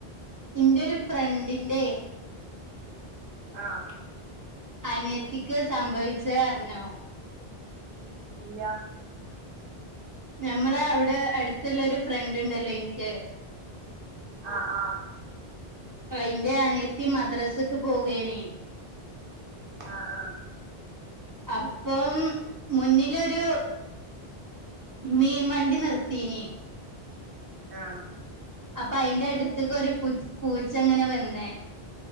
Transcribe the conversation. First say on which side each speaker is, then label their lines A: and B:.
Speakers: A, on the right; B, on the right.
A: എൻ്റൊരു ഫ്രണ്ടിന്റെ
B: ആഹ്
A: അനിയത്തിക്ക് സംഭവിച്ചത് അർഞ്ഞോ?
B: ഇല്ല
A: ഞമ്മളെ അവടെ അട്ത്ത്ള്ളൊരു ഫ്രണ്ട് ണ്ടല്ലോ ഇൻക്ക്
B: ആഹ് ആഹ്
A: അയ്ന്റെ അനിയത്തി മദ്രസ്ക്ക് പോകേനി
B: ആഹ് ആഹ്
A: അപ്പം മുന്നിലൊരു മീൻ വണ്ടി നിർത്തീനി
B: ആഹ്
A: അപ്പൊ അയിന്റെ അട്ത്ത്ക്കൊര് പുച്ച് പൂച്ച ങ്ങനെ വെന്ന്